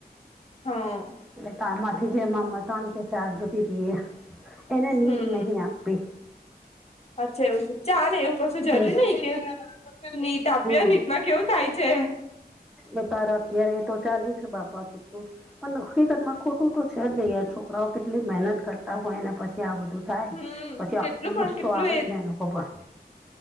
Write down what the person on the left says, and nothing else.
હમ
હમ
અચ્છા એવું છે ચાલે એવું કશું જરૂરી
નઈ કે નીટ આપ્યું
નીટ માં કેવું થાય છે
હમ
કેટલું
પણ
કેટલું